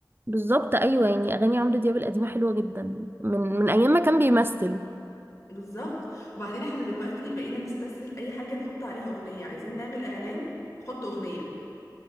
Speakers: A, on the right; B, on the left.
A: بالظبط أيوة يعني أغاني عمرو دياب القديمة حلوة جدا من من أيام ما كان بيمثل
B: بالظبط وبعدين احنا دلوقتي بقينا نستسهل اي حاجه نحط عليها اغنيه عايزين نعمل اعلان نحط اغنيه